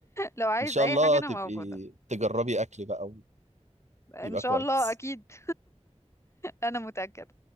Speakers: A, on the left; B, on the right.
A: لو عايز
B: ان شاء
A: اي
B: الله
A: حاجة انا
B: تبقي
A: موجودة
B: تجربي اكلي بقى
A: ان
B: ويبقى
A: شاء
B: كويس
A: الله اكيد انا متأكدة